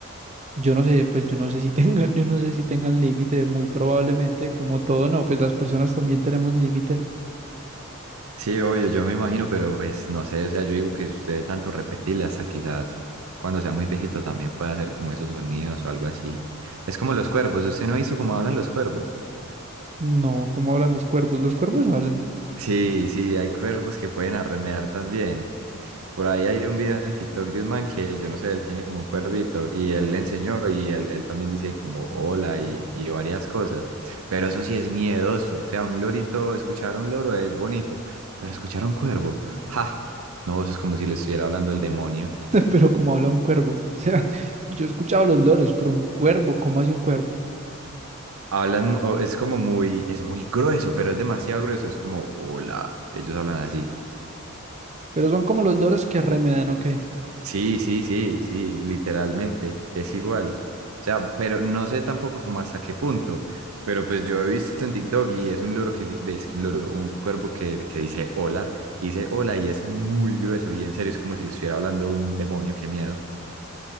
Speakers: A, on the right; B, on the right.
A: Yo no sé, pues yo no sé si tengan, <laughs> yo no sé si tengan límite, muy probablemente, como todo, no, pues las personas también tenemos límite.
B: Sí, obvio, yo me imagino, pero pues no sé, o sea, yo digo que si usted de tanto repetirle hasta quizás cuando sea muy viejito también pueda hacer como esos sonidos o algo así. Es como los cuervos, usted no hizo como hablan los cuervos.
A: No, ¿Cómo hablan los cuervos, los cuervos hablan,
B: Sí, sí, hay cuervos que pueden arremedar también. Por ahí hay un video en TikTok de un man que yo no sé, él tiene como un cuervito y él le enseñó y él, él también dice como hola y, y varias cosas, pero eso sí es miedoso, o sea, un lorito, escuchar a un loro es bonito, pero escuchar a un cuervo, ja, no, eso es como si le estuviera hablando el demonio.
A: <laughs> pero ¿Cómo habla un cuervo. <laughs> O sea, yo he escuchado a los loros, pero un cuervo, ¿cómo hace un cuervo?
B: Hablan, mu- o es como muy, es muy grueso, pero es demasiado grueso, es como hola, ellos hablan así.
A: Pero son como los loros que arremedan, ¿o qué?
B: Sí, sí, sí, sí, literalmente, es igual. O sea, pero no sé tampoco como hasta qué punto, pero pues yo he visto en TikTok y es un loro que, li- veis que un loro, un cuervo que, que dice hola, y dice hola y es muy grueso y en serio es como si le estuviera hablando un demonio, qué miedo.